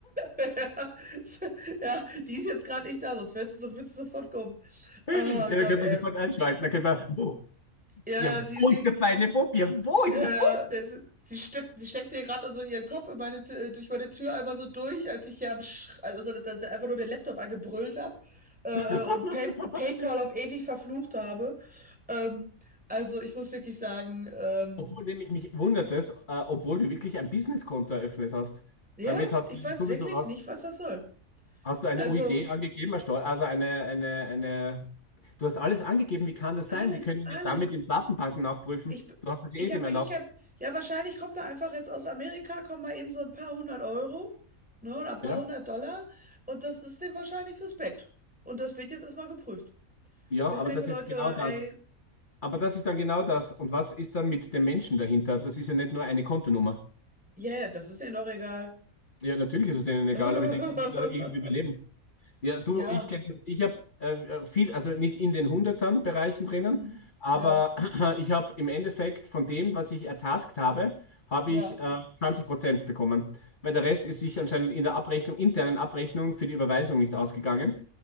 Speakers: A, in the centre; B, on the left.
A: Ja, <laughs> ja, die ist jetzt gerade nicht da, sonst würdest du, so, würdest du sofort kommen.
B: Ja,
A: Oh Gott,
B: dann können
A: ey.
B: wir sofort einschalten. Dann können wir, wo?
A: Ja,
B: Ja,
A: ja, sie,
B: wo
A: sie,
B: ist der feine Bub? Ja, wo ist
A: ja,
B: der Bub?
A: ja, das, sie steckt, sie steckt dir gerade so ihren Kopf in meine, Tür- äh, durch meine Tür einmal so durch, als ich hier am, Sch also so, da, da einfach nur den Laptop angebrüllt habe äh, äh,
B: <laughs>
A: und Pay PayPal auf ewig verflucht habe. Ähm, also ich muss wirklich sagen, ähm,
B: Obwohl nämlich mich wundert es, äh, obwohl du wirklich ein Businesskonto eröffnet hast.
A: ja,
B: Damit hast
A: ich
B: du
A: weiß
B: sowieso,
A: wirklich nicht, was das soll.
B: Hast du eine
A: Also
B: UID angegeben, Herr Stoll? Also eine, eine, eine. Du hast alles angegeben. Wie kann das sein?
A: alles,
B: Die können
A: alles.
B: ja damit in Datenbanken nachprüfen.
A: Ich,
B: Du hast es
A: ich
B: eh
A: habe
B: dem
A: wirklich
B: erlaubt.
A: kein, ja, wahrscheinlich kommt er einfach jetzt aus Amerika, kommen mal eben so ein paar hundert Euro, ne, oder ein paar
B: Ja,
A: hundert Dollar und das ist dem wahrscheinlich suspekt. Und das wird jetzt erstmal geprüft.
B: ja,
A: Wo ich
B: aber
A: mir denke,
B: das
A: Leute,
B: ist genau das.
A: ey,
B: Aber das ist dann genau das. Und was ist dann mit dem Menschen dahinter? Das ist ja nicht nur eine Kontonummer.
A: ja, yeah, das ist denen doch egal.
B: Ja, natürlich ist es denen
A: <laughs>
B: egal, aber ich denke, man muss ja irgendwie überleben. Ja, du,
A: Ja,
B: ich kenne das. Ich habe äh, äh, viel, also nicht in den hundertern Bereichen drinnen,
A: hm,
B: aber
A: ja,
B: <clears throat> ich habe im Endeffekt von dem, was ich ertaskt habe, habe
A: ja.
B: ich äh, 20 Prozent bekommen, weil der Rest ist sich anscheinend in der Abrechnung, internen Abrechnung für die Überweisung nicht ausgegangen.